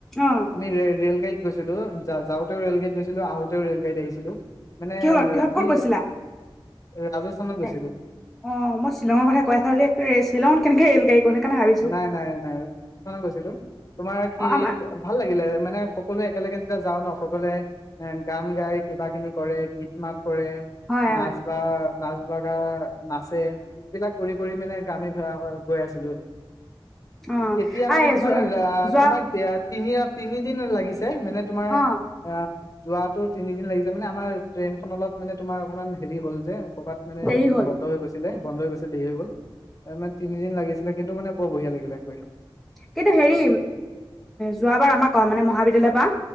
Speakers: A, in the centre; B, on the left.
A: অ
B: আমি ৰেলগাড়ীত, - গৈছিলো যাওঁতেও ৰে'লগাড়ীত গৈছিলো আহোতেও ৰে'লগাড়ীত আহিছিলো। মানে
A: কিহত- কিহত
B: ৰাতি
A: ক'ত গৈছিলা?
B: ৰাজস্থানত গৈছিলো
A: এ অ মই শ্বিলঙৰ কথা কৈ আছা বুলি শ্বিলঙত কেনেকে ৰেল গাড়ী গ'ল সেইকাৰণে ভাবিছো
B: নাই- নাই- নাই ৰাজস্থানত গৈছিলো। তোমাৰ কি
A: অ আমাৰ
B: ভাল লাগিলে মানে, সকলোৱ একেলগে যেতিয়া যাওঁ ন', সকলোৱে এ, গান গাই কিবা কিনি কৰে গীত - মাত, কৰে।
A: হয়
B: নাচ
A: হয়
B: বা, নাচ বা গা, নাচে, এইবিলাক কৰি কৰি মানে গামী গৈ আছিলো।
A: অ
B: তেতিয়া মানে
A: আই
B: তোমাৰ
A: যোৱা
B: আহ',
A: যোৱা
B: তোমাৰ ইয়াত, তিনি- তিনিদিন লাগিছে। টেই মানে তোমাৰ
A: অ
B: আহ', যোৱাটো, তিনিদিন লাগিছে মানে আমাৰ, ট্ৰেইনখন অলপ মানে তোমাৰ, অকমান হেৰি হ'ল যে, কৰ'বাত মানে
A: দেৰি হল।
B: বন্ধ হৈ গৈছিলে বন্ধ হৈ গৈছে দেৰি হৈ গ'ল মানে তিনিদিন লাগিছিলে কিন্তু মানে বৰ বঢ়িয়া লাগিলে গৈ
A: কিন্তু হেৰি যোৱাবাৰ আমাক ক, মানে, মহাবিদ্যালয় পা,